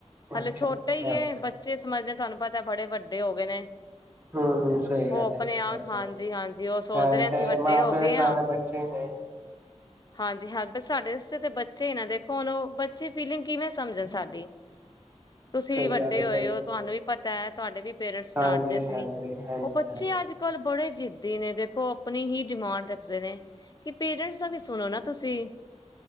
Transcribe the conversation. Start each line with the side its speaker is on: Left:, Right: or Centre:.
Left: ਹਲੇ
Right: ਅੱਛਾ
Left: ਛੋਟਾ
Right: ਅੱਛਾ
Left: ਈ ਐ ਬੱਚੇ ਸਮਝਦੇ ਤੁਹਾਨੂੰ ਪਤਾ ਬੜੇ ਵੱਡੇ ਹੋ ਗਏ ਨੇ।
Right: ਹੂੰ- ਹੂੰ ਸਹੀ
Left: ਉਹ
Right: ਗੱਲ
Left: ਆਪਣੇ ਆਪ
Right: ਹੈ,
Left: ਹਾਂਜੀ-ਹਾਂਜੀ ਉਹ ਸੋਚਦੇ
Right: ਹੈ
Left: ਨੇ ਅਸੀਂ
Right: ਤੇ
Left: ਵੱਡੇ
Right: ਨਾਂ
Left: ਹੋ
Right: ਪਰੇਸ਼ਾਨ
Left: ਗਏ ਆ।
Right: ਬੱਚੇ ਨੇ
Left: ਹਾਂਜੀ ਹਾਂ, ਬ ਸਾਡੇ ਵਾਸਤੇ ਤਾਂ ਬੱਚੇ ਹੀ ਨਾ ਦੇਖੋ ਹੁਣ ਉਹ ਬੱਚੇ ਫੀਲਿੰਗ ਕਿਵੇਂ ਸ ਸਮਝਣ ਸਾਡੀ ਤੁਸੀਂ
Right: ਸਹੀ
Left: ਵੀ ਵੱਡੇ
Right: ਗੱਲ ਹੈ
Left: ਹੋਏ ਹੋ
Right: ਸਹੀ
Left: ਤੁਹਾਨੂੰ ਵੀ ਪਤਾ ਹੈ ਤੁਹਾਡੇ ਵੀ ਪੇਰੈਂਟਸ
Right: ਹਾਂਜੀ
Left: ਡਾਂਟ ਦੇ ਸੀ
Right: ਹਾਂਜੀ ਹਾਂਜੀ
Left: ਉਹ ਬੱਚੇ
Right: ਹਾਂਜੀ
Left: ਅੱਜ ਕੱਲ੍ਹ ਬੜੇ ਜਿੱਦ ਜਿਵੇਂ ਦੇਖੋ ਆਪਣੀ ਹੀ ਡਿਮਾਂਡ ਰੱਖਦੇ ਨੇ ਕਿ ਪੇਰੈਂਟਸ ਦਾ ਵੀ ਸੁਣੋ ਨਾ ਤੁਸੀਂ